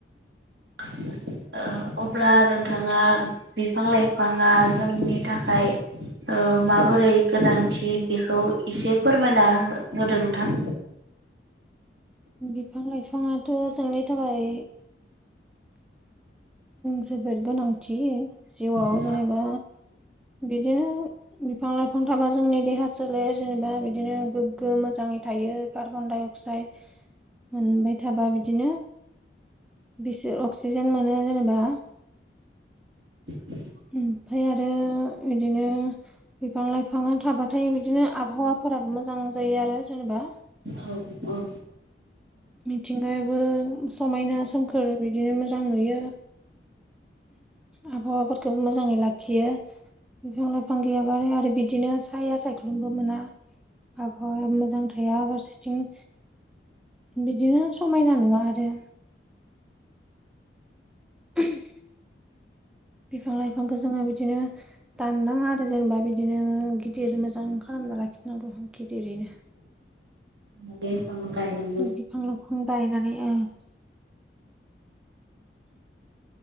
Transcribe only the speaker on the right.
<inaudible> ओ अब्ला नोंथाङा बिफां लाइफाङा जोंनि थाखाय ओ माबोरै गोनांथि बेखौ इसे फोरमायना होदो नोंथां
औ
<inaudible>
ओम ओम
ज दे आं गायनो